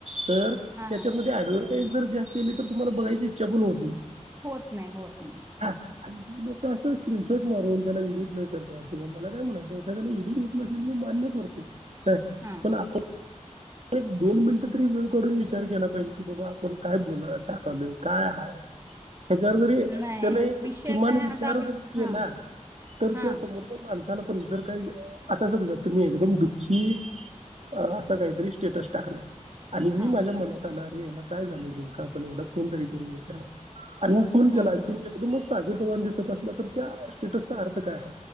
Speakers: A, on the right; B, on the right.
A: तर त्याच्यामध्ये
B: हा
A: आडळ. जर जास्त आली तर तुम्हाला बघायची इच्छा पण होत नाही.
B: होत नाही होत नाही.
A: हा आणि लोक अस स्क्रीनशॉट मारून त्याला एडिट न करता किंवा मला काय म्हणायचं एखाद्याला एडिट येत नसेेल मी मान्य करतो.
B: हा
A: पण आपण. एक दोन मिनिटं तरी वेळ काढून करून विचार केला पाहिजे की बाबा आपण काय बोल टाकालोय काय हय. हच्यावर जरी
B: नाही
A: त्याने एक
B: विषय
A: किमान
B: काय
A: विचार
B: आता आप
A: जरी केला
B: हा
A: तर
B: हा
A: त्या समोरच माणस. झालं पण जर काही आता समजा तुम्ही एकदम दुःखी अ असं काहीतरी. स्टेटस टाकलाय. आणि मी
B: हा
A: माझ्या मनात आला. ला काय झालेल नेमकं आपण एकदा फोन तरी करू विचार. आणि मी फोन
B: हम्म
A: केला आणि तुम्ही एकदमच ताजे तवण दिसत असलं तर त्या स्टेटसचा अर्थ काय आहे